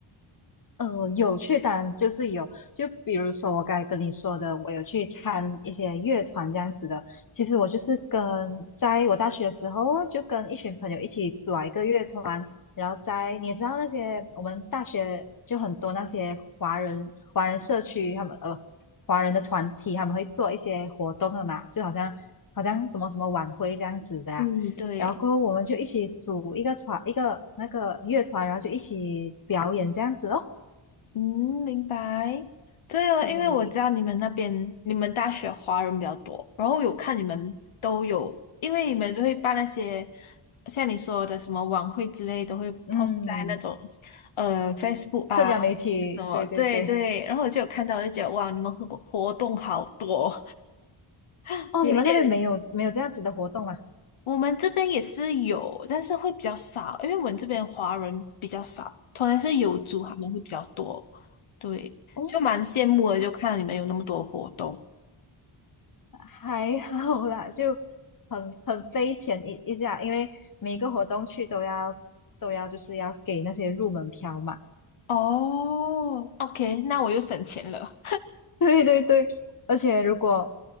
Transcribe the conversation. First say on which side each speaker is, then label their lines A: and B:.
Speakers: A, on the left; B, on the left.
A: 呃，有去，当然就是有。就比如说我刚才跟你说的，我有去参一些乐团这样子的。其实我就是跟在我大学的时候哦，就跟一群朋友一起组了一个乐团。然后在你也知道那些我们大学就很多那些华人华人社区，他们呃华人的团体，他们会做一些活动的嘛，就好像好像什么什么晚会这样子的啊然后过后我们就一起组一个团，
B: 嗯，对。
A: 一个那个乐团，然后就一起表演这样子哦。
B: 嗯，明白。对哦，
A: 对，
B: 因为我知道你们那边你们大学华人比较多，然后有看你们都有，因为你们都会办那些像你说的什么晚会之类，都会
A: 嗯，
B: post 在那种呃 Facebook
A: 社交媒体，
B: 啊什么，
A: 对对对。
B: 对对。然后我就有看到，我就觉得哇，你们活活动好多，<laughs>
A: 哦，
B: 有一点。
A: 你们那边没有没有这样子的活动吗？
B: 我们这边也是有，但是会比较少，因为我们这边华人比较少，同样是有族他们会比较多，对，
A: 哦，
B: 就蛮羡慕的，
A: <laughs>
B: 就看到你们有那么多活动。
A: 还好啦，就很很费钱一一下，因为每一个活动去都要都要就是要给那些入门票嘛。
B: 哦，OK，那我又省钱了。
A: <laughs> 对对对，而且如果